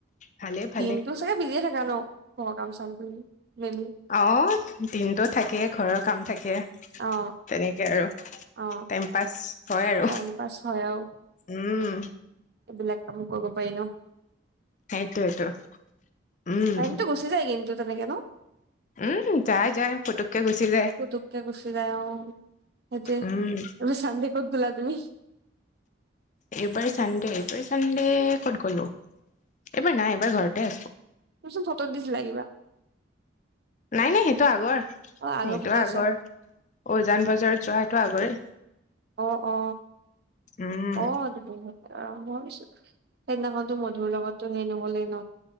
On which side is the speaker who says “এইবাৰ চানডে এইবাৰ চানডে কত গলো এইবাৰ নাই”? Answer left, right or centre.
Left